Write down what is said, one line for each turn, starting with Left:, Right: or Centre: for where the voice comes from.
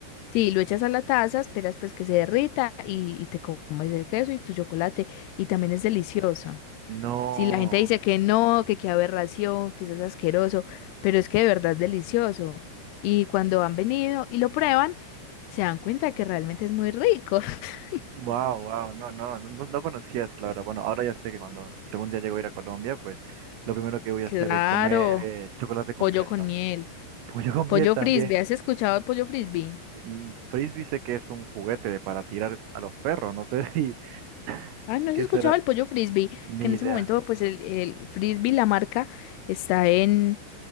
Left: Sí, lo echas a la taza, esperas pues que se derrita y, y te comes el queso y tu chocolate. Y también es delicioso.
Right: No.
Left: Si la gente dice que no, que qué aberración, que eso es asqueroso, pero es que de verdad es delicioso. Y cuando han venido y lo prueban, se dan cuenta que realmente es muy rico. <laughs>
Right: Wow, wow, no, no, no, no no conocía eso, la verdad. Bueno, ahora ya sé que cuando según día llego a ir a Colombia, pues lo primero que voy a
Left: Claro,
Right: hacer es comer eh, chocolate con
Left: pollo
Right: queso.
Left: con miel,
Right: Pollo con
Left: pollo
Right: miel también.
Left: frisbee. ¿Has escuchado el pollo frisbee?
Right: Mm, Frisbee sé que es un juguete para tirar a los perros, no sé si... <laughs>
Left: Ah, no
Right: ¿Qué
Left: has escuchado
Right: será?
Left: el pollo frisbee,
Right: Ni
Left: que en
Right: idea.
Left: ese momento pues el, el frisbee, la marca, está en